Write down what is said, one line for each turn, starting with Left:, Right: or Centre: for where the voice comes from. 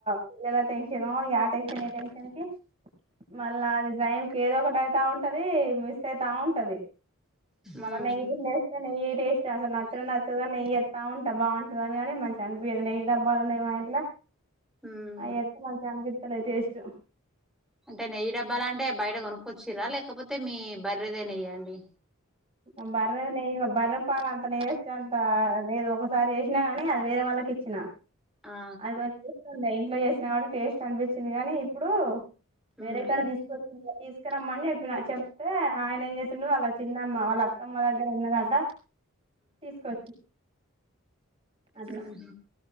Right: పిల్లల టెన్షను, యా టెన్షన్, ఈ టెన్షన్కి మళ్ళా అది టైంకి ఏదో ఒకటి అయితా ఉంటది. మిస్ అయితా ఉంటది. మన
Centre: ఉమ్
Right: నెయ్యిగిన్ చేస్తే నెయ్యి టేస్ట్ అస్సల్ నచ్చనే నచ్చదు. కానీ నెయ్యి చెత్తా ఉంట. బాగుంటదని కాని, మంచి అనిపియదు నయ్యి డబ్బాలు ఉన్నాయి మా ఇంట్లో.
Centre: ఉమ్
Right: అయి అయితె మంచిగ అనిపిత్తలే టెస్టు.
Centre: అంటే నెయ్యి డబ్బాలంటే, బయట కొనుక్కొచ్చిర్రా! లేకపోతే, మీ బర్రెదే నెయ్య అండి?
Right: మా బర్రెది నెయ్యి ఇగ బర్ర పాల్ అంతా నెయ్యొచ్చే అంత లేదు. ఒకసారి చేసినా కాని, అది వేరే వాళ్ళకి ఇచ్చిన.
Centre: ఆ
Right: అది కొ టేస్ట్ ఉండ. ఇంట్లో చేసినా కాబట్టి టేస్ట్ అనిపించింది కానీ, ఇప్పుడు వేరేకాడ
Centre: ఉమ్
Right: తీసుకొచ్చి ఇగ తీసుకురమ్మని చెప్పిన. చెప్తే, ఆయన ఏం చేసిండు వాల్ల చిన్ అత్తమ్మ వాళ్ళ అత్తమ్మ దగ్గర ఉన్నదంట. తీసుకొచ్చి అట్లా
Centre: మ్ హు